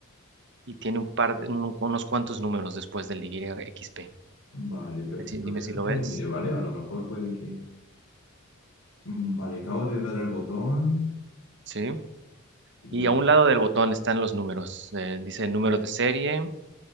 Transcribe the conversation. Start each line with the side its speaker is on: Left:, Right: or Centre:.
Right: y tiene un par de, un- unos cuantos números después del YXP.
Left: Vale, perfecto.
Right: Dime si, dime
Left: Déjate
Right: si lo ves.
Left: lo mire, ¿vale? A lo mejor puede que... Mm, Vale, acabo de dar el botón
Right: Sí.
Left: y
Right: Y
Left: ahora...
Right: a un lado del botón están los números. eh, dice número de serie